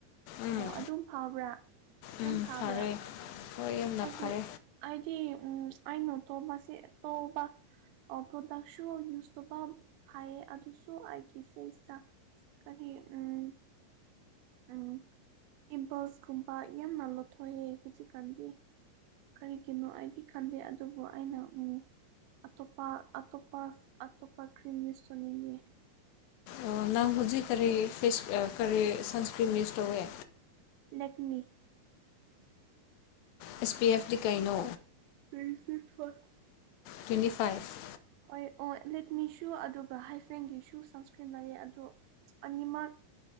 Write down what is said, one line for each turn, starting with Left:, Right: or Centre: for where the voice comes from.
Left: ꯎꯝ
Right: ꯑꯣ ꯑꯗꯨꯝ ꯐꯕ꯭ꯔꯥ
Left: ꯎꯝ
Right: ꯌꯥꯝ ꯐꯕ꯭ꯔꯥ
Left: ꯐꯔꯦ ꯍꯣꯏ ꯌꯥꯝꯅ
Right: ꯑꯩꯈꯣꯏ
Left: ꯐꯔꯦ
Right: ꯍꯥꯏꯗꯤ ꯎꯝ ꯑꯩ ꯅꯣꯠ ꯇꯧꯕꯁꯤ ꯇꯧꯕ ꯑ ꯄ꯭ꯔꯗꯛꯁꯨ ꯌꯨꯁ ꯇꯧꯕ ꯐꯩꯌꯦ ꯑꯗꯨꯁꯨ ꯑꯩꯒꯤ ꯐꯦꯁꯇ ꯀꯔꯤ ꯎꯝ ꯎꯝ ꯏꯝꯄꯜꯁꯀꯨꯝꯕ ꯌꯥꯝꯅ ꯂꯧꯊꯣꯛꯑꯦ ꯍꯧꯖꯤꯛꯀꯥꯟꯗꯤ ꯀꯔꯤꯒꯤꯅꯣ ꯑꯩꯗꯤ ꯈꯟꯗꯦ ꯑꯗꯨꯕꯨ ꯑꯩꯅ ꯎꯝ ꯑꯇꯣꯞꯄ ꯑꯇꯣꯞꯄ ꯑꯇꯣꯞꯄ ꯀ꯭ꯔꯤꯝ ꯌꯨꯁ ꯇꯧꯅꯤꯡꯉꯤ
Left: ꯑꯣ ꯅꯪ ꯍꯧꯖꯤꯛ ꯀꯔꯤ ꯐꯤꯁ ꯀꯔꯤ ꯁꯟꯁꯀ꯭ꯔꯤꯝ ꯌꯨꯁ ꯇꯧꯢ
Right: ꯂꯦꯛꯃꯤ
Left: ꯑꯦꯁ ꯄꯤ ꯑꯦꯐꯗꯤ ꯀꯩꯅꯣ
Right: <unintelligible>
Left: ꯇ꯭ꯋꯦꯟꯇꯤ ꯐꯥꯏꯚ
Right: ꯍꯣꯏ ꯑꯣ ꯂꯦꯛꯃꯤꯁꯨ ꯑꯗꯨꯒ ꯍꯥꯏꯐꯦꯡꯒꯤꯁꯨ ꯁꯟꯁꯀ꯭ꯔꯤꯟ ꯂꯩꯌꯦ ꯑꯗꯨ ꯑꯅꯤꯃꯛ